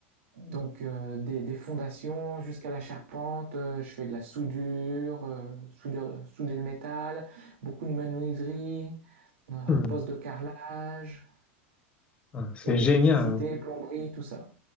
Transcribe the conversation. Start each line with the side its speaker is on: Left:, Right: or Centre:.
Right: Donc euh, des, des fondations jusqu'à la charpente, euh, je fais de la soudure, euh, soudure- souder le métal, beaucoup de menuiserie, euh,
Left: Hmm.
Right: poste de carrelage,
Left: Ah, c'est
Right: électricité,
Left: génial.
Right: plomberie, tout ça.